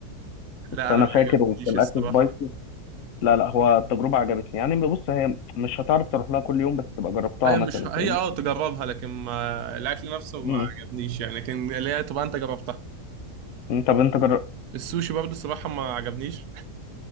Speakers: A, on the right; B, on the left.
A: لا
B: فانا
A: انا ما
B: فاكر
A: عجبنيش
B: وكان الاكل
A: الصراحه
B: سبايسي لا لا هو التجربه عجبتني يعني بص هي مش هتعرف تروح لها كل يوم بس تبقى جربتها
A: هي
B: مثلا
A: مش هي
B: فاهمني
A: اه تجربها لكن ما... الاكل نفسه ما
B: امم
A: عجبنيش يعني لكن اللي هي طبعا انت جربتها
B: أمم، طب انت جرب
A: والسوشي برضه الصراحه ما عجبنيش